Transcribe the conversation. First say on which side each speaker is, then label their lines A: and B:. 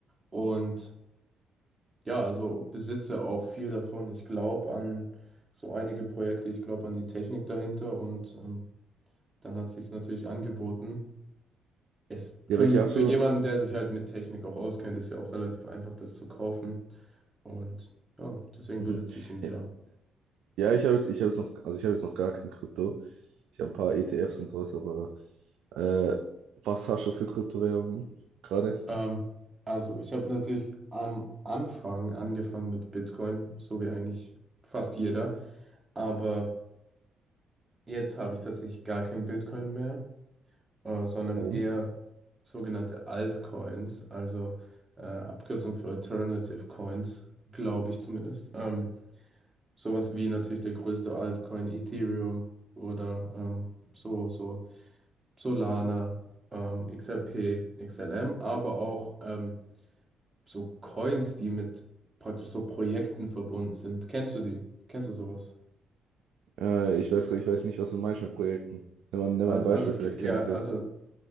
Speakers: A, on the right (about 20°); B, on the right (about 80°).
A: und ja, also besitze auch viel davon. Ich glaube an so einige Projekte, ich glaube an die Technik dahinter und ähm, dann hat sich's natürlich angeboten. Es, für,
B: Ja, welche hast
A: für
B: du?
A: jemanden, der sich halt mit Technik auch auskennt, ist ja auch relativ einfach, das zu kaufen. Und ja, deswegen
B: Mhm.
A: besitze ich einen Bär.
B: Ja, ja, ich habe jetzt, ich habe jetzt noch, also ich habe jetzt noch gar kein Krypto. Ich habe ein paar ETFs und sowas, aber äh, was hast du für Kryptowährungen gerade?
A: Ähm, also, ich habe natürlich am Anfang angefangen mit Bitcoin, so wie eigentlich fast jeder. Aber jetzt habe ich tatsächlich gar kein Bitcoin mehr, äh, sondern
B: Warum?
A: eher sogenannte Altcoins, also äh, Abkürzung für Alternative Coins, glaube ich zumindest. Ähm, Sowas wie natürlich der größte Altcoin Ethereum oder ähm, so, so Solana, ähm, XRP, XLM, aber auch ähm, so Coins, die mit praktisch so Projekten verbunden sind. Kennst du die? Kennst du sowas?
B: Äh, ich weiß, ich weiß nicht, was du meinst mit Projekten. Nimm mal, nimm
A: Also,
B: mal ein Beispiel,
A: also es
B: vielleicht
A: gibt
B: kenne
A: ja,
B: ich sie.
A: also